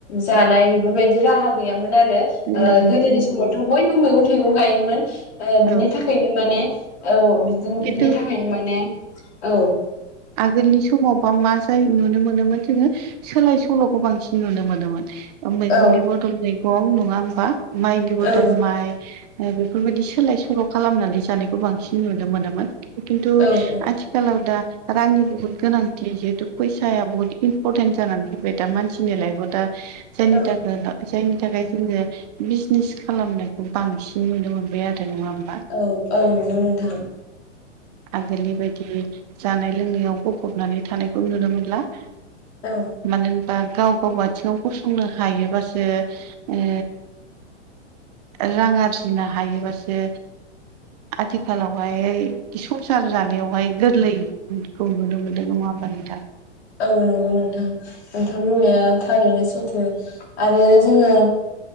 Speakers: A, on the left; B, on the right.
A: जानाय बेफोरबायदि राहा गैयामोन आरो
B: नंगौ
A: गोदोनि समावथ' बयबो मैगं थाइगं गायोमोन बिनि
B: औ
A: थाखाय थाखायनो माने औ बिदि
B: खिन्थु
A: बिनि थाखायनो माने औ
B: आगोलनि समावबा मा जायो नुनो मोनोमोन जोंङो सोलाय सोल'खौ बांसिन नुनो मोनोमोन मैगंनि
A: औ
B: बदल मैगं नंङा होमबा माइनि बदल
A: औ
B: माइ बेफोरबायदि सोलाय सोल' खालामनानै जानायखौ बांसिन नुनो मोनोमोन खिनथु
A: औ
B: आथिखालाव आथिखालाव दा रांनि बहुद गोनांथि जिहेतु फैसाया बहुत इम्परटेन्ट जानानै फैबाय दा मानसिनि लाइफआव दा जायनि
A: औ
B: थाखाय फैसायनि थाखाय जोंङो बिजनेस खालामनायखौ बांसिन नुनो मोनबाय आरो नंङा होमबा
A: औ औ नंगौ नोंथां
B: आगोलनिबायदि जानाय लोंनायाव गफबनानै थानायखौ नुनो न'?
A: औ
B: मानो होनबा गाव गाव आथिङाव गसंनो हायोबासो ओ रां आरजिनो हायोबासो आथिखालावहाय संसार जानायावहाय गोरलैखौ नुनो मोनो नङा होनबा नोंथां?
A: औ नंगौ नोंथां नोंथांमोननाया थारैनो सैथो। आरो जोङो